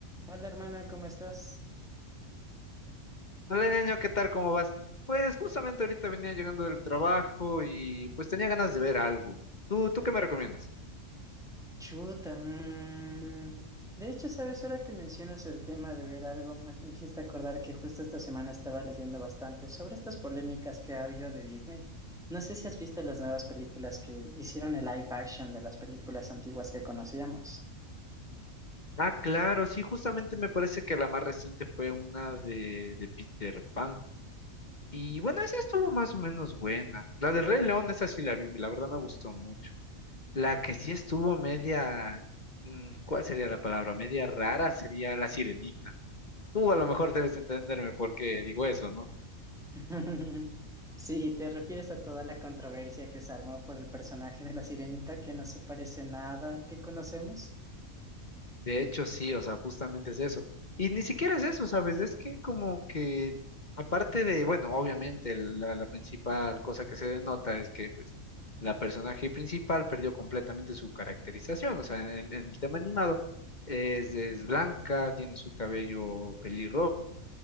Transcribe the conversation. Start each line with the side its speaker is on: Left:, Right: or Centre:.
Centre: Hola hermana, ¿cómo estás?
Left: Hola, ñaño, ¿qué tal? ¿Cómo vas? Pues justamente ahorita venía llegando del trabajo y pues tenía ganas de ver algo. ¿Tú, tú qué me recomiendas?
Centre: Chuta. mm. De hecho, sabes, ahora que mencionas el tema de ver algo, me me hiciste acordar que justo esta semana estaba leyendo bastante sobre estas polémicas que ha habido de Disney. No sé si has visto las nuevas películas que hicieron el live action de las películas antiguas que conocíamos.
Left: Ah, claro, sí, justamente me parece que la más reciente fue una de, de Peter Pan. Y bueno, esa estuvo más o menos buena. La del Rey León, esa sí la vi, la verdad me gustó mucho. La que sí estuvo media, mm, ¿cuál sería la palabra? Media rara sería La Sirenita. Tú a lo mejor debes entenderme por qué digo eso, ¿no?
Centre: <laughs> Sí, te refieres a toda la controversia que se armó por el personaje de la Sirenita que no se parece nada al que conocemos.
Left: De hecho, sí, o sea, justamente es eso. Y ni siquiera es eso, ¿sabes? Es que como que, aparte de, bueno, obviamente el- la, la principal cosa que se denota es que, pues, la personaje principal perdió completamente su caracterización, o sea, en, en el tema animado es, es blanca, tiene su cabello pelirrojo